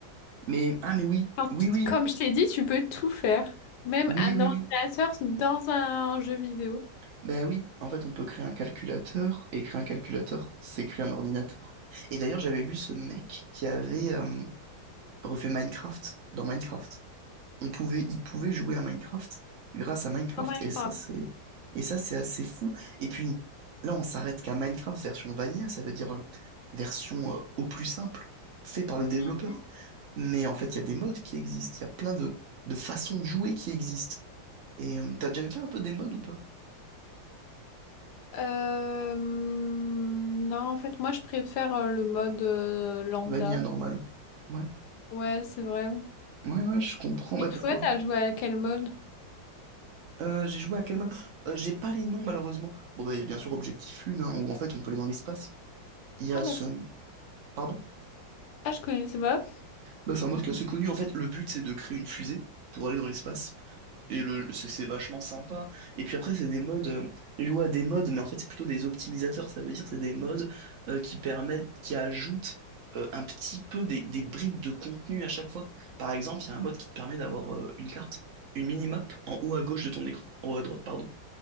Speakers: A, on the right (about 65°); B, on the left (about 70°).
A: Mais, ah, mais oui,
B: Alors,
A: oui,
B: tu-
A: oui,
B: Comme je t'ai dit, tu peux tout faire, même
A: oui,
B: un
A: oui,
B: ordinateur
A: oui.
B: dans un jeu vidéo.
A: Ben oui, en fait, on peut créer un calculateur, et créer un calculateur, c'est créer un ordinateur. Et d'ailleurs, j'avais vu ce mec qui avait euh, refait Minecraft dans Minecraft. On pouvait, il pouvait jouer à Minecraft grâce à Minecraft,
B: Dans Minecraft.
A: et ça, c'est, et ça, c'est assez fou. Et puis, là, on s'arrête qu'à Minecraft version vanilla, ça veut dire euh, version euh, au plus simple, fait par
B: Oui.
A: le développeur. Mais en fait, il y a des modes qui existent, il y a plein de, de façons de jouer qui existent. Et euh, t'as déjà fait un peu des modes ou pas?
B: Euh, non, en fait, moi, je préfère euh, le mode euh, lambda.
A: Vanilla normal. Ouais.
B: Ouais, c'est vrai.
A: Ouais, ouais, je comprends. Mais
B: Et toi,
A: pourquoi?
B: t'as joué à quel mode?
A: Euh, j'ai joué à quel mode? Euh, j'ai pas les noms, malheureusement. Bon, bah, il y a bien sûr Objectif Lune, hein, où en fait, on peut aller dans l'espace. Il y
B: Ah,
A: a
B: d'accord.
A: ce... Pardon?
B: Ah, je connaissais pas.
A: Bah, c'est un mode qui est assez connu. En fait, le but, c'est de créer une fusée pour aller dans l'espace. Et le... c'est c'est vachement sympa. Et puis après, c'est des modes... euh, J'ai joué à des modes, mais en fait, c'est plutôt des optimisateurs. Ça veut dire c'est des modes euh, qui permettent... qui ajoutent euh, un petit peu des... des bribes de contenu à chaque fois. Par exemple, il y a un mode qui te permet d'avoir euh, une carte, une minimap en haut à gauche de ton écran. En haut à droite, pardon.